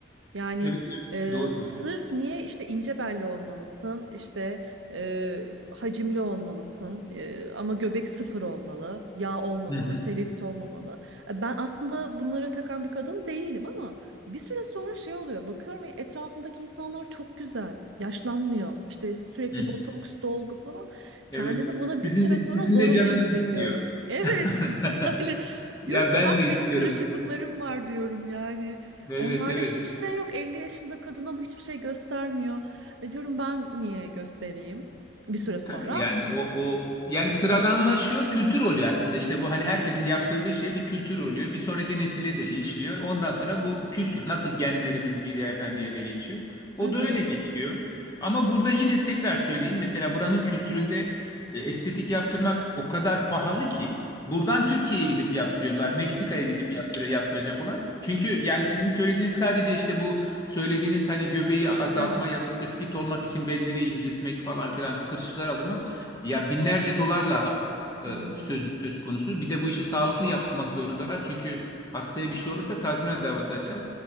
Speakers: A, on the right; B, on the left.
A: Yani
B: evet, evet,
A: e,
B: doğrudur.
A: sırf niye işte ince belli olmalısın, işte e, hacimli olmalısın e, ama göbek sıfır olmalı, yağ olmamalı,
B: Hı hı,
A: selülit olmamalı. E, Ben aslında bunlara takan bir kadın değilim ama bir süre sonra şey oluyor. Bakıyorum ya, etrafımdaki insanlar çok güzel, yaşlanmıyor. İşte sürekli
B: hı.
A: botoks, dolgu falan.
B: Evet.
A: Kendimi buna bir
B: Sizin
A: süre
B: de,
A: sonra
B: sizin
A: zorunda
B: de canınız
A: hissediyorum.
B: istiyor.
A: Evet
B: <laughs>
A: <laughs> yani diyorum
B: Ya
A: ki
B: ben
A: bak
B: de istiyorum.
A: benim kırışıklıklarım var diyorum yani.
B: Evet
A: Onlarda
B: evet.
A: hiçbir şey yok. 50 yaşında kadın ama hiçbir şey göstermiyor. E diyorum ben niye göstereyim? Bir süre sonra.
B: Tabii yani o o yani sıradanlaşıyor, kültür oluyor aslında. İşte bu hani herkesin yaptırdığı şey bir kültür oluyor. Bir sonraki nesile de işliyor. Ondan sonra bu kültür nasıl genlerimiz bir yerden bir yere geçiyor. O
A: Evet.
B: da öyle geçiyor. Ama burada yine tekrar söyleyeyim. Mesela buranın kültüründe e, estetik yaptırmak o kadar pahalı ki buradan
A: Hmm.
B: Türkiye'ye gidip yaptırıyorlar. Meksika'ya gidip yaptırıyor yaptıracak olan. Çünkü yani sizin söylediğiniz sadece işte bu Söylediğiniz hani göbeği azaltma
A: Evet.
B: ya da işte fit olmak için belleri inceltmek falan filan kırışıklar aldırmak ya binlerce dolarla e,
A: Hmm.
B: söz söz konusu. Bir de bu işi sağlıklı yapmak zorundalar çünkü hastaya bir şey olursa tazminat davası açar.